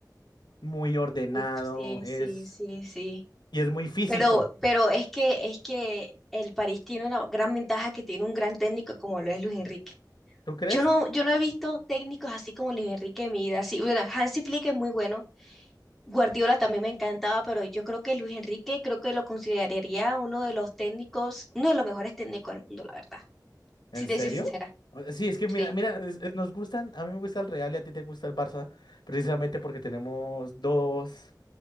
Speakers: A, on the left; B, in the centre.
A: muy ordenado,
B: Uf, sí,
A: es,
B: sí, sí, sí.
A: y es muy físico.
B: Pero, pero es que, es que el París tiene una gran ventaja que tiene un gran técnico como lo es Luis Enrique.
A: ¿Tú crees?
B: Yo no, yo no he visto técnicos así como Luis Enrique en mi vida. Sí, bueno, Hansi Flick es muy bueno. Guardiola también me encantaba, pero yo creo que Luis Enrique creo que lo consideraría uno de los técnicos, uno de los mejores técnicos del mundo, la verdad.
A: ¿En
B: Si te
A: serio?
B: soy sincera.
A: O- Sí, es que
B: Sí.
A: mira, mira, es- es- nos gustan, a mí me gusta el Real y a ti te gusta el Barça, precisamente porque tenemos dos